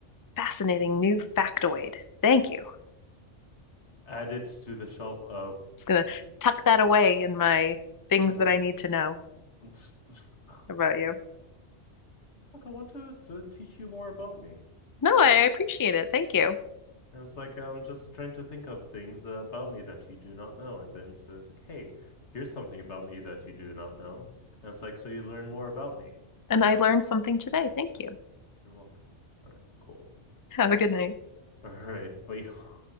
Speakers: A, on the left; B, on the left.
A: fascinating new factoid. Thank you. I'm
B: Add it to the shelf of
A: just gonna tuck that away in my things
B: what.
A: that I need to know
B: <laughs> Look,
A: about you.
B: I want to, to teach you more about me.
A: No, I appreciate it. Thank you.
B: And it's like I'm just trying to think of things uh, about me that you do not know, and then says like, "Hey, here's something about me that you do not know." And it's like, so you learn more about me.
A: And I learned something today. Thank you.
B: You're welcome. All right, cool.
A: Have a good night.
B: <laughs> All right, but